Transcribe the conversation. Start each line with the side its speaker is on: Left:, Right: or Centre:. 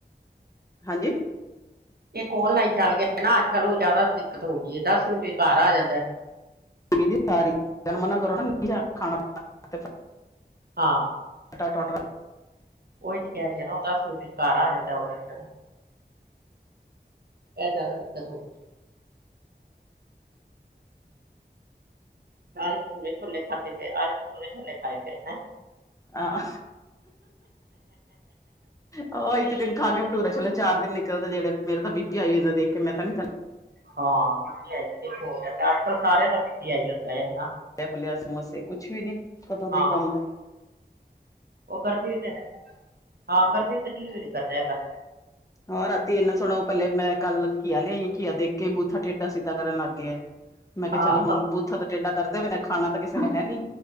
Left: ਹਾਂਜੀ
Right: ਇੱਕ ਔਨਲਾਈਨ ਚੱਲ ਗਿਆ ਨਾ ਅੱਜ ਕੱਲ ਉਹ ਜ਼ਿਆਦਾ ਦਿੱਕਤ ਹੋ ਗਈ ਏ ਦਸ ਮਿੰਟ ਵਿਚ ਘਰ ਆ ਜਾਂਦਾ।
Left: <unintelligible>
Right: ਹਾਂ।
Left: ਫਟਾਫਟ ਔਡਰ।
Right: ਉਈ ਤੇ ਕਹਿ ਰਹੀ ਨਾ ਉਹਦਾ ਦਸ ਮਿੰਟ ਵਿੱਚ ਘਰ ਆ ਜਾਂਦਾ ਨਾ ਆਡਰ। ਇਹ ਜ਼ਿਆਦਾ ਦਿੱਕਤ ਹੋਗੀ। ਅੱਜ ਭਟੂਰੇ ਛੋਲੇ ਖਾਦੇ ਤੇ ਅੱਜ ਭਟੂਰੇ ਛੋਲੇ ਖਾਏ ਫੇਰ ਹੈਂ।
Left: ਆਹ। ਆ ਇੱਕ ਦਿਨ ਖਾ ਕੇ ਭਟੂਰੇ ਛੋਲੇ ਚਾਰ ਦਿਨ ਨਿਕਲਦਾ ਜਿਹੜੇ ਮੇਰੇ ਤਾਂ ਬੀਪੀ ਹਾਈ ਹੋ ਜਾਂਦਾ ਦੇਖ ਮੈਂ ਤਾਂ ਨੀ
Right: ਹਾਂ ਬੀਪੀਹਾਈ ਦੇਖੋ ਹੋ ਜਾਂਦਾ ਅੱਜ ਕੱਲ੍ਹ ਸਾਰਿਆਂ ਦਾ ਬੀਪੀਹਾਈ ਹੁੰਦਾ ਐ ਹਨਾ।
Left: ਤਲਿਆ ਫੁਲਿਆ ਸਮੋਸੇ ਕੁਛ ਵੀ ਨੀ ਕਦੋਂ ਦਾ
Right: ਹਾਂ
Left: ਈ ਬੰਦ ਐ।
Right: ਉਹ ਗਰਮੀ ਤੇ ਹੈ, ਹਾਂ ਗਰਮੀ ਚ ਤਾਂ ਜੀਵੀ ਨਹੀਂ ਕਰਦਾ ਹੈਗਾ।
Left: ਹਾਂ ਰਾਤੀ ਇੰਨਾ ਸੋਹਣਾ ਪਹਿਲੇ ਮੈਂ ਕੱਲ ਘੀਆ ਲਿਆਈ ਘੀਆ ਦੇਖ ਕੇ ਬੂਥਾ ਟੇਡਾ ਸਿੱਧਾ ਕਰਨ ਲੱਗ ਗਏ ਏ। ਮੈਂ ਕਿਹਾ
Right: ਆਹ
Left: ਚੱਲ ਹੁਣ ਬੂਥਾ ਤਾਂ ਟੇਡਾ। ਕਰਦੇ ਖਾਣਾ ਤਾਂ ਕਿਸੇ ਨੇ ਹੈ ਨੀ